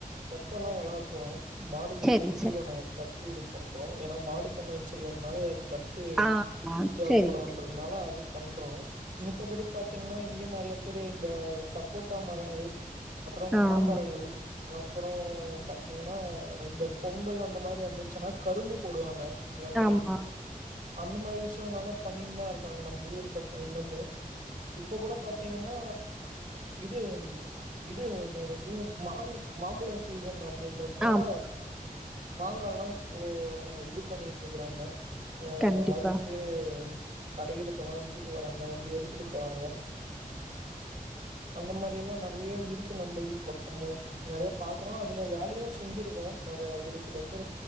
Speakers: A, on the right; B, in the centre.
A: தட்ட எல்லா வள போறோ மாடுகளுக்கு
B: சரி,
A: தீவனோ
B: சரி.
A: தட்டு இது பண்றோ ஏன்னா மாடு பண்ண வச்சிருக்கனால தட் ட்டு
B: ஆ, ஆ,
A: தேவைப்படன்றதுனால
B: சரி.
A: அது பண்றோம் மித்தபடி பாத்தீங்கன்னா இங்கேயு நெறைய பேரு இந்த சப்போட்டா மரங்கள் அப்புறம்
B: ஆமா,
A: மாமரங்கள் அப்புறோ பாத்தீங்கன்னா இந்த பொங்கல் அந்த மாரி வந்துச்சுன்னா கரும்பு போடுவாங்க நிலத்துல
B: ஆமா,
A: அந்த மாரி விஷயங்களல்லா பண்ணினு தா இருக்காங்க நம்ம ஊரு பக்கோ இன்னுமு இப்ப கூட பாத்தீங்கன்னா இது இது என்னதிது மாங் மாம்பழோ சீசன் அப் ப்படின்றதுனால
B: ஆமா.
A: மாங்காலல்லா இப்போ இது பண்ணிட்டு இருக்கிறாங்க அ
B: கண்டிப்பா.
A: அறுத்து கடைகளுக்கெல்லா வித் த்துட்டு வராங்க வந்து எடுத்துட்டு போறாங்க அந்த மாதிரி எல்லா நெறைய இருக்கு நம்ம ஊர் பக்கமு நெறைய பாக்குறோ அதுல வேலையு செஞ்சிருக்கோ நெறய ஒரு சில பேர்